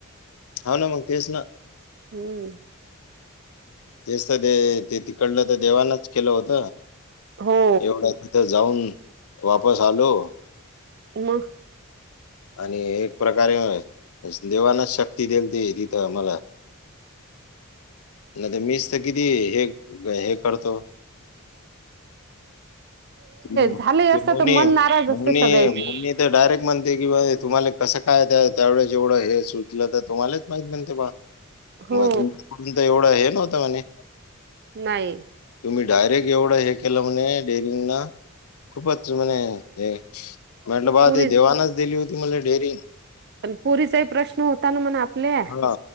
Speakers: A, on the left; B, on the right.
A: हांव ना मग तेच ना.
B: हम्म.
A: तेच त ते तिकडलं तर देवानाच केलं होत
B: हो
A: एवढं. इथं जाऊन वापस आलो.
B: मग.
A: आणि एक प्रकारे देवानाच शक्ती देल ती तिथं आ मला. नाय मीच तर किती हे हे करतो. ते
B: झाले असत
A: मोनी
B: तर मन नाराज असते
A: मोनी
B: सगळ्याचे
A: मम्मी. ते डायरेक्ट म्हण ते किला तुम्हाला कसं काय त्या त्यावेळी जेवढंवेळी हे सुचलं तर तुम्हालाच माहितेम्हणते बा.
B: हो
A: म तु तुम तर एवढं हे नव्हतं म्हणे.
B: नाही.
A: तुम्ही डायरेक्ट एवढं हे केलं म्हणे डेरिंगना खूपच म्हणे. हे म्हटलं बा
B: पुरीच
A: त देवाणच दिली होती मला डेअरीग.
B: पण पोरीचाही प्रश्न होता ना मण आपले.
A: हा.